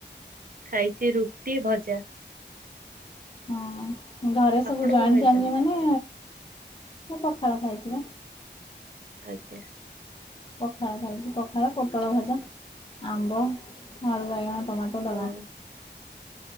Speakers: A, on the right; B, on the left.
A: ଖାଇଛି ରୁଟି ଭଜା।
B: ହଁ ଘରେ
A: ଆପଣ
B: ସବୁ ଜଏଣ୍ଟ
A: କଣ ଖାଇଛନ୍ତି?
B: ଫାମିଲି ମାନେ ମୁଁ ପଖାଳ ଖାଇଛି ବା।
A: ଆଜ୍ଞା।
B: ପଖାଳ ଖାଇଛି ପଖାଳ ପୋଟଳ ଭଜା ଆମ୍ବ ଆଳୁ ବାଇଗଣ ଟମାଟୋ
A: ହଁ
B: ଦଳା